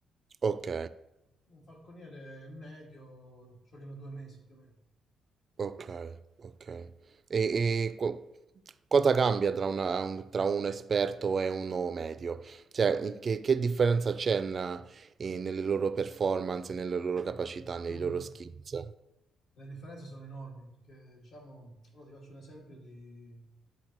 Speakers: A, on the right; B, on the left.
A: Ok.
B: Un falconiere medio ci vogliono due mesi più o meno.
A: Ok, ok. E, e co- cosa cambia tra, una- un, tra un esperto e uno medio? Cioè, che, che differenza c'è na- eh, nelle loro performance, nelle loro capacità, nei
B: Mm.
A: loro skills?
B: Le differenze sono enormi perché, diciamo, ora ti faccio un esempio di,